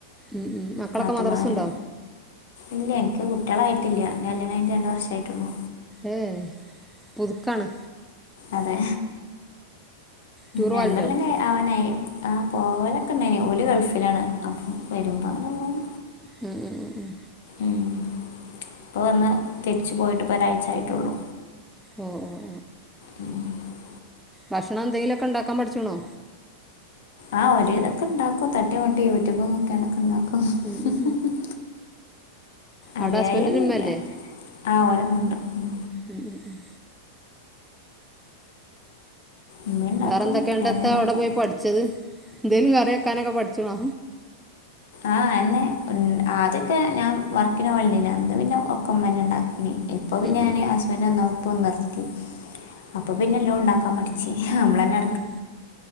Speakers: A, in the centre; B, on the left (about 70°).
A: ഉം ഉം മക്കളൊക്കെ
B: നാത്തൂമാര്
A: മദ്രസ് ഉണ്ടോ
B: ഇല്ല്യ ഇൻക്ക് കുട്ട്യളായിട്ടില്ല. ഞാല്യാണഴിഞ്ഞിട്ട് രണ്ട് വർഷായിട്ടൊള്ളൂ.
A: ഏഹ് പുതുക്കാണ്.
B: അതെ
A: ടൂർ
B: രണ്ടൊല്ലക്കായ
A: പോവലുണ്ടോ
B: അവനായി ആഹ് പോവലൊക്കെണ്ട്യെനി ഓല് ഗൾഫിലാണ് അപ്പം വെരുമ്പങ്ങനെ പോവും.
A: ഉം ഉം ഉം ഉം
B: ഉം പ്പവന്ന് തിരിച്ച് പോയിട്ട് പ്പൊരാഴ്ച്ചായിട്ടുള്ളൂ
A: ഓഹ് ഓഹ്
B: ഉം <unintelligible>
A: ഭക്ഷണം എന്തെങ്കിലൊക്കെണ്ടാക്കാൻ പഠ്ച്ച്ണോ?
B: ആഹ്. ഒരു വിധൊക്കെണ്ടാക്കും തട്ടി മുട്ടി യൂട്യൂബ് നോക്യാണ്ടൊക്കെ
A: ഉം
B: <unintelligible>
A: ഉം അവിടെ
B: അറിയായിന്നില്ല
A: ഹസ്ബൻഡിന് ഉമ്മയല്ലേ
B: ആ ഓലമ്മണ്ട് ഉം
A: ഉം ഉം ഉം
B: ഉമ്മ ഉണ്ടാക്കും
A: വേറെ എന്തൊക്കെണ്ട്
B: ഞാനും
A: എത്താ
B: ഉണ്ടാക്കും
A: അവിടെ പോയി പഠിച്ചത് എന്തേലും കറി വെക്കാനൊക്കെ പഠിചിണോ
B: ആഹ് അന്നെ ആദ്യൊക്കെ ഞാൻ വർക്കിനോവൽണ്ടേനി. അന്ന് പിന്നെ ഒക്കമ്മന്നെ ഉണ്ടാക്കി ഇപ്പ പിന്നെ
A: ഉം
B: ഞാന് ഹസ്ബന്റ് വന്നൊപ്പം നിർത്തി അപ്പൊ പിന്നെ ലോൺണ്ടാ പം മട്ച്ചി നമ്മള ന്നെ
A: ഉം